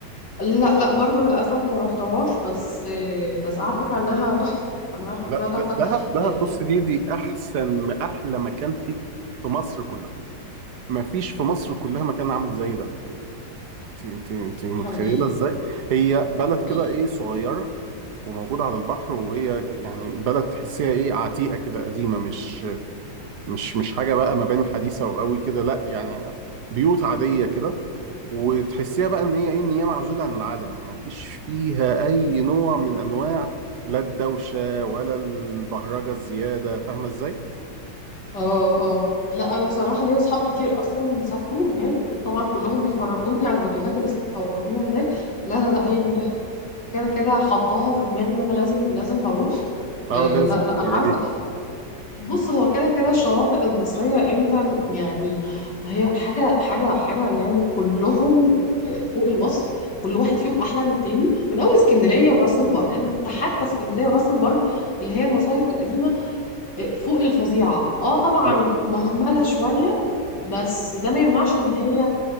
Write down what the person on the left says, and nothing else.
لا لا برضو للاسف ما روحتهاش بس آه، بس عارفه انها تحفه انا عارفه
انها تحفه
آه،
حقيقي
حقيقي
اه اه لا انا بصراحه ليا اصحاب كتير اصلا سافروا هناك وطبعا كلهم بيفرجوني على الفيديوهات اللي صوروها هناك لا لا لا هي تحفه كده كده حطاها في دماغي ان انا لازم لازم هروح
آه
لا لا
انا عارفه بص هو كده كده الشواطئ المصريه انت يعني هي حاجه حاجه حاجه يعني كلهم آه، فوق الوصف كل واحد فيهم احلى من التاني من اول اسكندريه وراس البر انت حتى اسكندريه وراس البر اللي هي المصايف القديمه فوق الفظيعة اه طبعا
مهملة شوية بس ده ما يمنعش ان هي